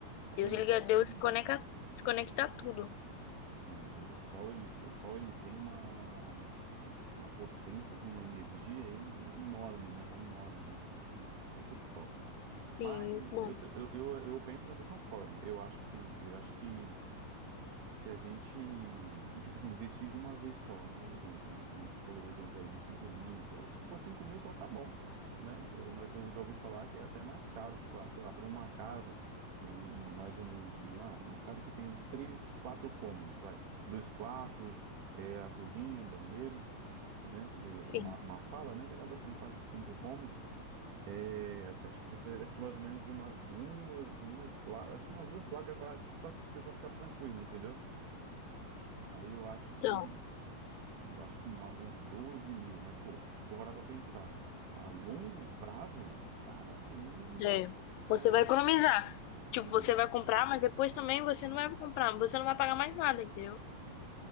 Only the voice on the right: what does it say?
sol,
ele,
tem-
sim, o, o sol ele, o sol ele tem uma, uma, uma potência assim, uma energia en- enorme, né? Enorme, né? Muito, muito top. Mas
eu, eu, eu, eu penso da mesma forma. Eu acho que eu acho que Se a gente, tipo assim, investir de uma vez só, né? Um exemplo, né? Que nem você falou o exemplo aí de cinco mil. Pô, se for cinco mil só tá bom, né? Eh, Mas eu já ouvi falar que é até mais caro. Tipo, ah, sei lá, por uma casa, que nem mais ou menos de... Ah, uma casa que tem uns 3, 4 cômodos, vai. Dois quartos, eh, a cozinha, banheiro, né? E
uma, uma sala, né? Que acaba sendo quase cinco cômodos. É, assim, acho que precisaria de mais ou menos de umas duas, duas placas, acho que umas duas placas para tipo, para a pessoa ficar tranquila, entendeu? Aí eu acho que
acho que umas- uns doze mil, mas pô, vou parar pra pensar. A longo prazo, caramba, nem
dó.
Sim,